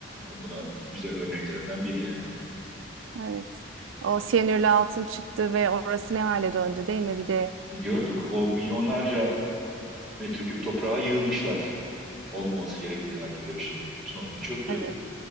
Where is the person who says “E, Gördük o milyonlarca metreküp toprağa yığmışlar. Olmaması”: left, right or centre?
Centre